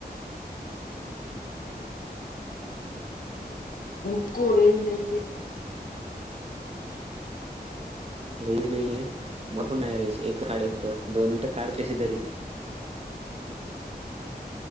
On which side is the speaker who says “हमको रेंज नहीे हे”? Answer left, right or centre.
Left